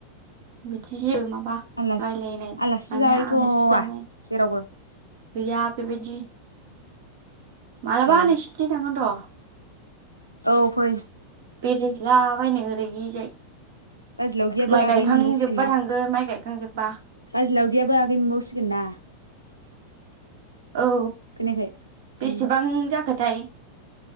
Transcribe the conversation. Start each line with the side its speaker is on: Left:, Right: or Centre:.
Right: बिदि जेबो माबा
Left: आलासि
Right: रायलायनाय
Left: आलासि
Right: माने
Left: जाहैथ'वा
Right: आलासि जानाय
Left: जेरावबो
Right: गैया बेबायदि। मालाबा
Left: ए
Right: नोंसिथि थांगोन र'
Left: औ फै
Right: बेराय हैलाबायनो ओरैजाय।
Left: बाजै लावगियाबो
Right: माइ
Left: आगै
Right: गायखांजोबबा
Left: मोनबावसिगोन ना।
Right: थांगोन माइ गायखांजोबबा
Left: बाजै लावगियाबो आगै मोनबावसिगोन ना।
Right: औ
Left: खोनायाखै
Right: बेसेबां
Left: उम
Right: जाखोथाय?